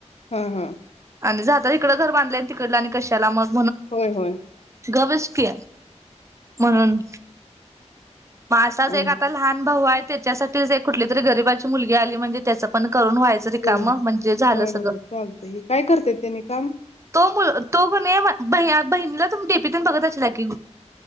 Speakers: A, on the left (about 65°); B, on the right (about 25°).
A: हम्म. हम्म.
B: आणि जाताना तिकडं घर बांधलंय आणि तिकडलं आणि कशाला मग.
A: होय. होय.
B: गबसकी म्हणून. मग असाच
A: ह
B: एक. आता लहान भाऊ आहे. त्याच्यासाठीच कुठली तरी गरीबाची मुलगी आली म्हणजे त्याचं पण. करून व्हायचं रिकामं.
A: ह
B: म्हणजे झालं
A: होय होय
B: सगळ.
A: चालतंय काय करत्यात त्यांनी काम?
B: तो कणी भैय्या बहिणीला तुम्ही डीपि तेन बघत असशिला की?